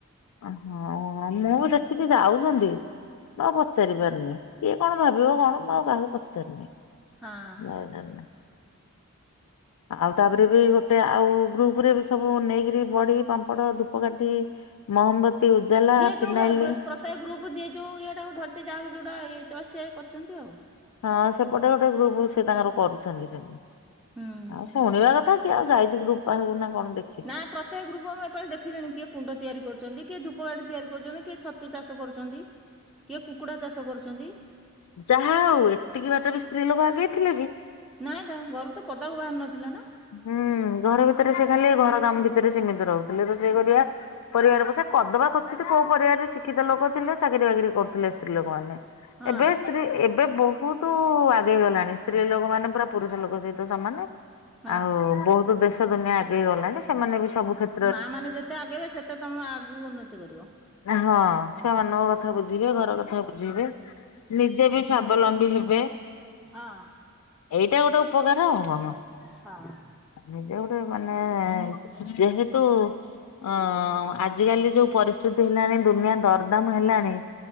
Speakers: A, on the left; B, in the centre.
A: ହଁଅଁ ମୁଁ ବି ଦେଖିଛି ଯାଉଛନ୍ତି, ଆଉ ପଚାରି ପାରନି। କିଏ କଣ ଭାବିବ କଣ ମୁଁ ଆଉ କାହାକୁ ପଚାରିନି? ଜୟ
B: ହଁ
A: ଜଗନ୍ନାଥ। ଆଉ ତାପେରେ ବି ଗୋଟେ ଆଉ ଗ୍ରୁପ୍ ରେ ବି ସବୁ ନେଇକିରି ବଢ଼ି, ପାମ୍ପଡ, ଧୂପକାଠି ମହମବତୀ ଉଜାଲା
B: ଯିଏ
A: ଫିନାଇଲି
B: ଯୋଉ ଭେ ଗ୍ ପ୍ରତ୍ୟେକ୍ ଗ୍ରୁପ୍ ଯିଏ ଯୋଉ ଇଏଟାକୁ ଧରିଛେ, ଯାହାକୁ ଯୋଉଟା ଇଏ ଚଏସ୍ ସେଏ କରୁଚନ୍ତ। ନ୍ତି ଆଉ।
A: ହଁଅଁ ସେପଟେ ଗୋଟେ ଗ୍ରୁପୁ ସେ ତାଙ୍କର କରୁଛନ୍ତି ସବୁ।
B: ହୁଁ।
A: ଆଉ ଶୁଣିବା କଥା କିଏ ଆଉ ଯାଇଚି ଗ୍ରୁପ୍ ପାଖୁକୁ ନା କଣ ଦେଖି?
B: ନା ପ୍ରତ୍ୟେକ ଗ୍ରୁପୁ ମୁଁ ଏପାଳି ଦେଖିଲିଣି କିଏ କୁଣ୍ଡ ତିଆରି କରୁଚନ୍ତି କିଏ ଧୂପକାଠି ତିଆରି କରୁଚନ୍ତି କିଏ ଛତୁ ଚାଷ ଷ କରୁଚନ୍ତି କିଏ କୁକୁଡା ଚାଷ କରୁଚନ୍ତି।
A: ଯାହା ହୋଉ ଏତିକି ବାଟବି ସ୍ତ୍ରୀ ଲୋକ ଆଗେଇ ଥିଲେ କି?
B: ନାଇଁ ତ ଘରୁ ତ ପଦାକୁ ବାହାରୁ ନଥିଲେ ନା।
A: ହୁଁଉଁ ଘର ଭିତେରେ ସେ ଖାଲି ଘର କାମ ଭିତେରେ ସିମିତି ରହୁଥିଲେ, ରୋସେଇ କରିବା। ପରିବାର ପୋସେ କଦବା କୋଚିତି କୋଉ ପରିବାରେରେ ଶିକ୍ଷିତ ଲୋକ ଥିଲେ ଚାକିରି ବାକିରି କରୁଥିଲେ ସ୍ତ୍ରୀ ଲୋକମାନେ।
B: ହଁ
A: ଏବେ ସ୍ତ୍ରୀ ଏବେ ବୋହୁତ୍ ନ୍ତୁ ଆଗେଇ ଗଲାଣି ସ୍ତ୍ରୀ ଲୋକ ମାନେ ପୁରା ପୁରୁଷ ଲୋକ ସହିତ ସମାନେ
B: ହଁ।
A: ଆଉ ବହୁତ ଦେଶ ଦେଶ ଦୁନିଆ ଆଗେଇ ଗଲାଣି ସେମାନେ ବି ସବୁ କ୍ଷେ
B: ମା ମାନେ ଯେତେ ଆଗେଇବେ ସେତେ ତମେ ଆଗକୁ ଉନ୍ନତି କରିବ।
A: ହଁ ଛୁଆ ମାନଙ୍କ କଥା ବୁଝିବେ, ଘର କଥା ବୁଝିବେ। ନିଜେ ବି ସାବଲମ୍ବୀ ହେବେ।
B: ହଁ
A: ଏଇଟା ଗୋଟେ ଉପକାର ଆଉ କଣ।
B: ହଁ
A: ନିଜେ ଗୋଟେ ମାନେ ଯେହେତୁ ଅ ଆଜିକାଲି ଯୋଉ ପରିସ୍ଥିତି ହେଲାଣି, ଦୁନିଆ ଦରଦାମ ହେଲାଣି।